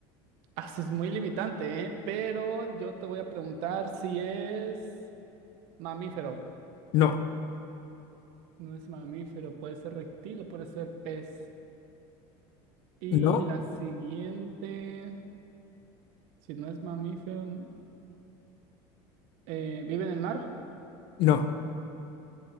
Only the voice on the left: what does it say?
No,
no,
no.